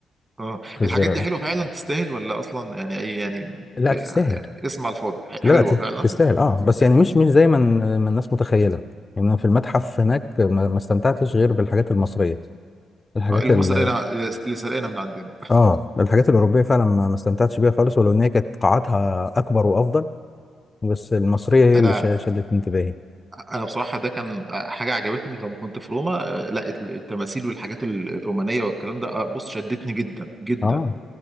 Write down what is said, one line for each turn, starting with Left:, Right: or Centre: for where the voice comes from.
Right: اه
Left: في
Right: الحاجات
Left: الزيارة
Right: دي حلوة فعلا تستاهل ولا اصلا يعني اي يعني
Left: لا
Right: ك-
Left: تستاهل
Right: اسم على الفاضي ح-
Left: لا
Right: حلوة
Left: لا تت-
Right: فعلا
Left: تستاهل اه بس يعني مش مش زي ما ال- ما الناس متخيله يعني أنا في المتحف هناك ما ما استمتعتش غير بالحاجات المصريه الحاجات
Right: اه اللي
Left: ال
Right: هم سرقينها اللي سرقينها من عندنا
Left: اه الحاجات الاوروبيه فعلا ما ما استمتعتش بيها خالص ولو ان هي كانت قاعاتها اكبر وافضل بس المصريه هي
Right: انا
Left: اللي شا- شدت انتباهي
Right: انا بصراحه ده كان حاجه عجبتني لما كنت في روما آه، لا الت- التماثيل والحاجات ال- الرومانيه والكلام ده آه، بص شدتني جدا جدا
Left: اه